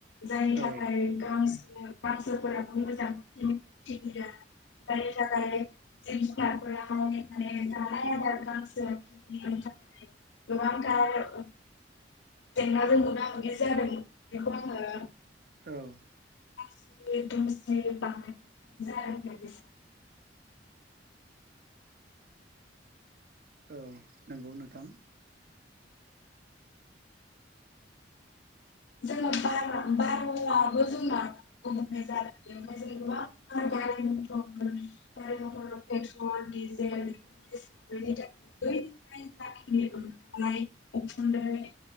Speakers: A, on the left; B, on the right.
A: जायनि थाख
B: औ
A: गांसो गांसोफोराबो मोजांयै खिलिया जायनि थाखाय जिब जुनारफोराहाय माने जानाय आदार गांसोनि थाखाय गोबांथार ओ जेंनाजों मोगा मोगि जानो मोननाय बेखौ आङो
B: औ
A: मानसि दुमसि बांनायनि थाखायसो जादों बायदिसो
B: औ नंगौ नोंथां।
A: जोङो बारा-बाराबो जोंना गुबुंले जादों बेनिफ्राय जों गोबांथार गारि मथर गारि मथर पेट्रल डिजेल बेसादफोरनि थाखाय ओंखारनाय उखुन्दै